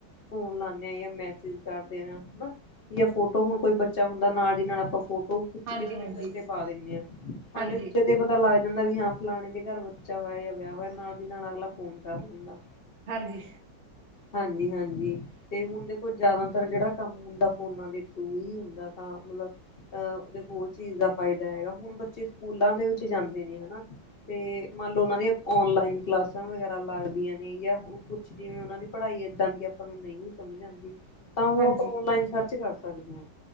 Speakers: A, on the left; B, on the right.
A: ਫੋਨ ਲਾਨੇ ਆ ਜਾਂ ਮੈਸੇਜ ਕਰਦੇ ਆ ਹਨਾ। ਜਾਂ ਫੋਟੋ ਹੁਣ ਕੋਈ ਬੱਚਾ ਹੁੰਦਾ ਨਾਲ ਦੀ ਨਾਲ ਆਪਾਂ ਫੋਟੋ ਖਿੱਚ
B: ਹਾਂਜੀ,
A: ਕੇ ਸਟੇਟਸ
B: ਹਾਂਜੀ।
A: ਤੇ ਪਾ ਦਿੰਨੇ ਆ,
B: ਹਾਂਜੀ,
A: ਹਲੇ ਜਦੇ ਪਤਾ ਲੱਗ ਜਾਂਦਾ ਵੀ ਹਾਂ ਫਲਾਣੇ ਦੇ ਘਰ ਬੱਚਾ ਹੋਇਆ ਜਾਂ ਵਿਆਹ ਹੋਇਆ ਨਾਲ ਦੀ ਨਾਲ ਅਗਲਾ ਫੋਨ ਕਰ ਲੈਂਦਾ।
B: ਹਾਂਜੀ।
A: ਹਾਂਜੀ- ਹਾਂਜੀ। ਤੇ ਹੁਨ ਦੇਖੋ, ਜੈਆਦਾਤਰ ਜੇਹੜਾ ਕੰਮ ਹੁੰਦਾ ਫੋਨਾਂ ਦੇ ਥਰੂ ਹੀ ਹੁੰਦਾ ਤਾਂ, ਮਤਲਬ ਅਹ ਦੇਖੋ ਹੋਰ ਚੀਜ਼ ਦਾ ਫਾਏਦਾ ਹੈਗਾ, ਹੁਣ ਬੱਚੇ ਸਕੂਲਾਂ ਦੇ ਵਿੱਚ ਜਾਂਦੇ ਨੇ ਹਨਾ ਤੇ ਮੰਨ ਲਓ, ਓਨਾਂ ਦੀਆਂ ਓਨਲਾਈਨ ਕਲਾਸਾਂ ਵਗੈਰਾ ਲੱਗਦੀਆਂ ਨੇ, ਯਾ ਹੁਣ ਕੁਛ ਜਿਵੇਂ ਓਨਾਂ ਦੀ ਪੜਾਈ ਏਦਾਂ ਦੀ ਆਪਾਂ ਨੂੰ ਨਈਂ ਵੀ ਸਮਝ ਆਂਦੀ ਤਾਂ ਓ
B: ਹਾਂਜੀ
A: ਆਪਾਂ ਓਨਲਾਈਨ ਸਰਚ ਕਰ ਸਕਦੇ ਆਂ।